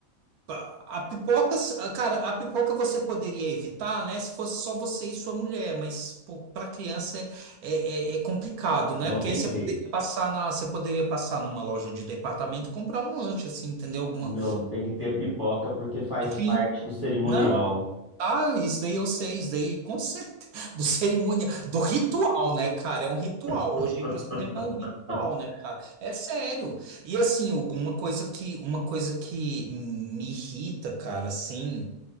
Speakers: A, on the right; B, on the left.
A: A a pipoca, s- a- cara, a pipoca você poderia evitar, né, se fosse só você e sua mulher, mas, pô, pra criança é, é, é- é complicado, né?
B: Não
A: Porque
B: tem
A: aí você
B: jeito.
A: poderia passar na, você poderia passar numa loja de departamento e comprar um lanche, assim, entendeu? Alguma.
B: Não, tem que ter pipoca porque faz
A: Sim.
B: parte do cerimonial.
A: não ah, isso daí eu sei, isso daí com certeza, <laughs> do cerimonial, do ritual, né, cara? É um ritual.
B: <laughs>
A: Hoje ir pro cinema é um ritual, né, cara? É sério. E assim, alguma coisa que, uma coisa que me irrita, cara, assim.